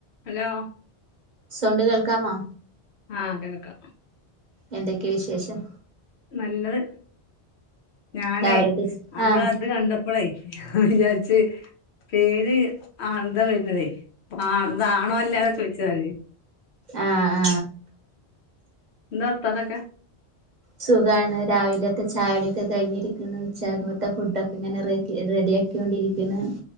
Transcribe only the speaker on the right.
sound കേൾക്കാമോ
എന്തൊക്കെ വിശേഷം
രാവിലത്തെ
ആഹ്
ങാ ങാ
സുഖാണ് രാവിലെ ചായോടിയൊക്കെ കഴിഞ്ഞിരിക്കണ് ഉച്ചാകത്തെ ഫുഡൊക്കെ ഇങ്ങനെ റേകി റെഡിയാക്കിക്കൊണ്ടിരിക്കണ്